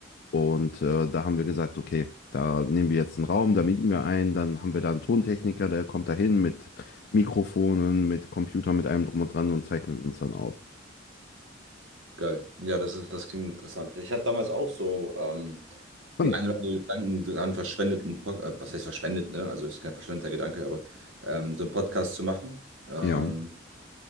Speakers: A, on the left; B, on the right.
A: Und äh, da haben wir gesagt, okay. Da nehmen wir jetzt einen Raum, da mieten wir einen, dann haben wir da einen Tontechniker, der kommt da hin mit Mikrofonen, mit Computer, mit allem drum und dran und zeichnet uns dann auf.
B: Geil. Ja, das ist, das klingt interessant. Ich hatte damals auch so ähm,
A: Hm,
B: die ein oder andere Gedanken dran verschwendet, einen Pod- äh, was heißt verschwendet, ne? Also ist kein verschwendeter Gedanke, aber ähm, so einen Podcast zu machen. Ähm,
A: Ja,